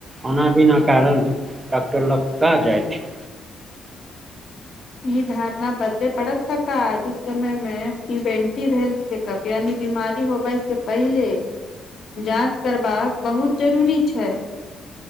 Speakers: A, on the right; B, on the left.
A: ओना बिना कारण डॉक्टर लग का जाइत छै।
B: ई धारणा बदले पड़त कक्का आजुक समय में प्रिवेन्टिव हेलथ चेकप यानि बीमारी होबइ से पहिले जाँच करबाक बहुत जरूरी छै।